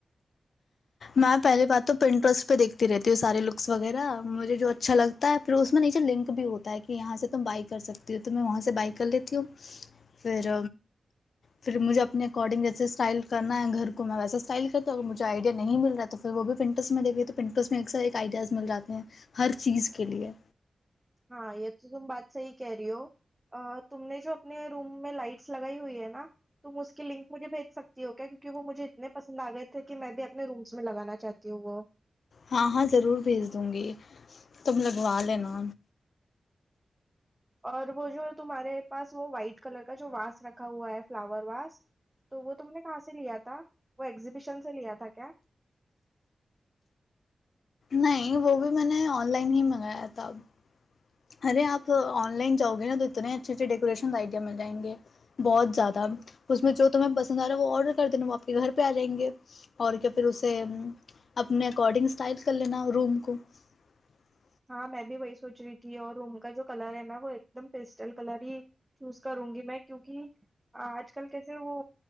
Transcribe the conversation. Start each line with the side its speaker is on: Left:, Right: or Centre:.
Left: میں پہلی بات تو پرنٹسٹ پہ دیکھتی رہتی ہوں سارے لکس وغیرہ مجھے جو اچھا لگتا ہے پھر اس میں نیچے لنک بھی ہوتا ہے کہ یہاں سے تم بائی کر سکتی ہو تو میں وہاں سے بائی کر لیتی ہوں پھر پھر مجھے اپنے اکارڈنگ جیسے اسٹائل کرنا ہے گھر کو میں ویسا اسٹائل کرتی ہوں ا مجھے نہیں مل رہا تو پھر وہ بھی پرنٹس میں لے گ تو پرنٹس میں ایک سا ایک آئیڈیاز مل جاتے ہیں ہر چیز کے لیے
Right: ہاں یہ تو تم بات صحی کہہ رہی ہو تم نے جو اپنے روم میں لائٹس لگائی ہوئی ہے نا تم اس کی لنک مجھے بھیج سکتی ہو کیا کیکہ وہ مجھے اتنے پسند آ گئے تھے کہ میں بھی اپنے رومس میں لگانا چاہتی ہوں وہ
Left: ہاں ہاں ضرور بھیج دوں گی تم لگوا لینا
Right: اور وہ جو ہے تمہارے پاس وہ وائٹ کلر کا جو واس رکھا ہوا ہے فلاور واس تو وہ تم نے کہاں سے لیا تھا وہ ایگزیبیشن سے لیا تھا کیا
Left: نہیں وہ بھی میں نے آن لائن ہی منگایا تھا اب <unintelligible>
Right: ہ میں بھی وہی سوچ رہی تھی اور روم کا جو کلر ہے نا وہ ایک دم پیسٹل کلر ہی چوز کروں گی میں کیوں کہ آج کل کیسے وہ